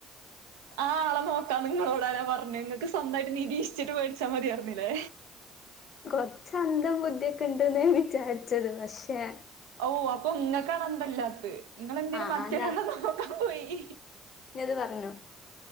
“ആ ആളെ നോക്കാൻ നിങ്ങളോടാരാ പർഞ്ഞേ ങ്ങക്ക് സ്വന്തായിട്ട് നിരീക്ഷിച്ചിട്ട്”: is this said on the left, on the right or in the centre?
Right